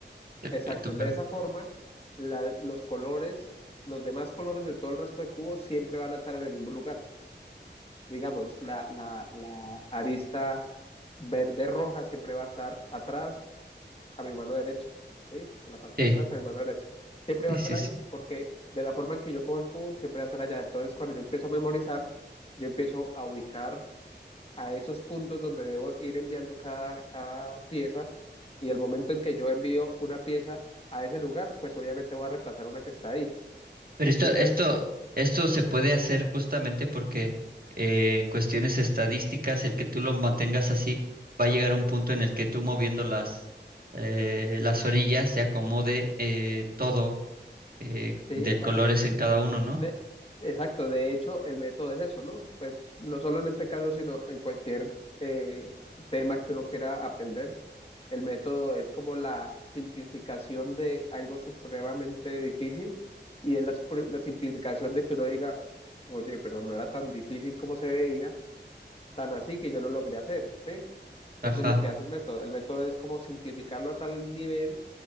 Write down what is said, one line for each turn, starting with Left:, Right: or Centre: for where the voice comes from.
Right: a
Left: exacto,
Right: tu cara.
Left: de esa forma, la- los colores, los demás colores de todo el resto de cubos siempre van a estar en el mismo lugar. digamos, la, la, la arista verde-roja siempre va a estar atrás a mi mano derecha, ¿sí? En la parte
Right: Sí.
Left: de atrás a mi mano derecha. Siempre
Right: Sí,
Left: va
Right: sí,
Left: a estar ahí,
Right: sí.
Left: porque de la forma en que yo cojo el cubo, siempre va a estar allá. Entonces, cuando yo empiezo a memorizar, yo empiezo a ubicar a esos puntos donde debo ir enviando cada, cada pieza y el momento en que yo envío una pieza a ese lugar, pues obviamente voy a reemplazar una que está ahí.
Right: Pero esto,
Left: Y
Right: esto,
Left: entonces,
Right: esto se puede hacer justamente porque eh, en cuestiones estadísticas, el que tú lo mantengas así, va a llegar un punto en el que tú moviendo las, eh, las orillas se acomode eh, todo eh,
Left: sí,
Right: de
Left: exacto.
Right: colores en cada uno, ¿no?
Left: De, exacto, de hecho, el método es eso, ¿no? Pues no solo en este caso, sino en cualquier eh, tema que uno quiera aprender, el método es como la simplificación de algo supremamente difícil y es la, supr- la simplificación de que uno diga, oye, pero no era tan difícil como se veía, tan así que yo lo logré hacer, ¿sí?
Right: Ajá,
Left: Eso es lo que hace el método. El método es como simplificarlo a tal nivel